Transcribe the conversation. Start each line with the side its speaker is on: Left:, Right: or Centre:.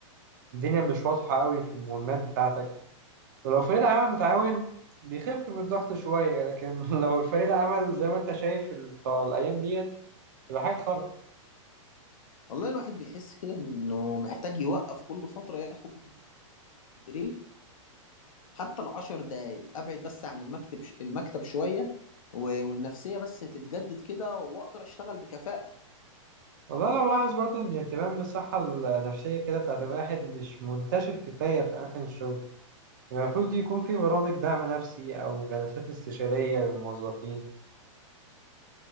Right: الدنيا مش واضحة قوي في المهمات بتاعتك ولو فريق العمل متعاون بيخف من الضغط شوية لكن <laughs> لو الفريق العمل زي ما أنت شايف ال- بتاع الأيام ديت تبقى حاجة خرا
Left: والله الواحد بيحس كده انه محتاج يوقف كل فترة ياخد بريك حتى العشر دقايق ابعد بس عن المكتب ش... المكتب شويه و... والنفسيه بس تتجدد كده واقدر اشتغل بكفاءه
Right: والله أنا بلاحظ برضه إن الاهتمام بالصحة النفسية كده بتاعت الواحد مش منتشر كفاية في أماكن الشغل يعني المفروض يكون في برامج دعم نفسي أو جلسات استشارية للموظفين